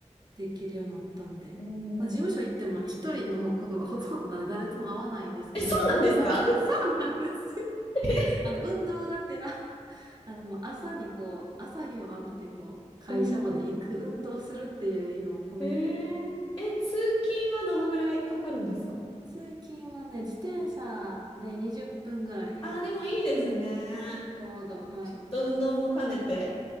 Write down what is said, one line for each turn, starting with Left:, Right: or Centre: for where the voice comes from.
Right: できるようになったんで。
Left: うん。
Right: まあ事務所行っても一人のことがほとんどなので誰とも会わないんですけど、
Left: <laughs> え、そうなんですか
Right: なんか、そうなんですよ
Left: <laughs>
Right: <laughs> あの、運動がてら <laughs> あの、もう朝にこう、朝日を浴びてこう、会社まで行く運動するっていう意味を込めて、
Left: うん。えー、え、通勤はどのぐらいかかるんですか
Right: 通勤はね、自転車で20分ぐらいです。
Left: あー、でもいいですね。
Right: ちょうど、はい。
Left: ちょっと運動も兼ねて。